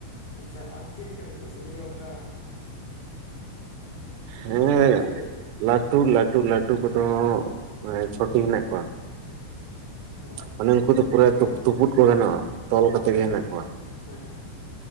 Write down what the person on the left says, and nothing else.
ᱟᱪᱷᱟ ᱟ ᱪᱮᱫ ᱠᱟᱹᱢᱤ ᱠᱚ ᱥᱟᱺᱰᱤ ᱫᱚ ᱚᱝᱠᱟ
ᱞᱟᱹᱴᱩ ᱜᱮᱭᱟ ᱠᱚ ᱥᱮ
ᱚ
ᱦᱮᱸ
ᱦᱮᱸ
ᱦᱮᱸ ᱦᱮᱸ